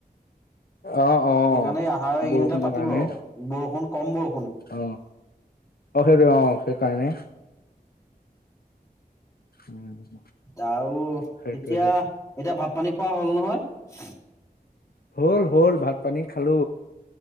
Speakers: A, on the left; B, on the left.
A: অ অ
B: সেইকাৰণে আহাৰৰ এই কেইদিনতে
A: বৰষুণৰ
B: পাতিব
A: কাৰণে
B: আৰু বৰষুণ। কম বৰো।
A: অ অ সেইটো অ সেইকাৰণে। <inaudible> উম <unintelligible>
B: তাৰো।
A: সেইটোৱে
B: এতিয়া
A: সেইটোৱে
B: এতিয়া। ভাত পানী খোৱা হ'ল নহয়? <unintelligible>
A: হল, হল ভাত। পানী খালো